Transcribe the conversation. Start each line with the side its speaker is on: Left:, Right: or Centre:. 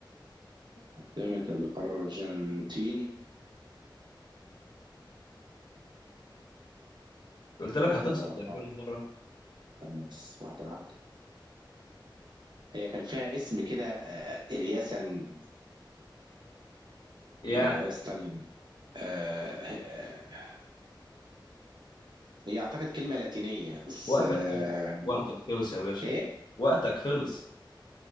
Right: عاصمة الأرجنتين
Left: قلت لك
Right: يا ترى
Left: هتخسر زي كل مرة
Right: استنى بس واحدة واحدة هي كان فيها اسم كده آه، إرياسا
Left: يعني
Right: آه، استنى آه، آه، هي أعتقد كلمة لاتينية بس
Left: وقتك
Right: آه،
Left: خلص وقتك خلص يا باشا
Right: إيه؟
Left: وقتك خلص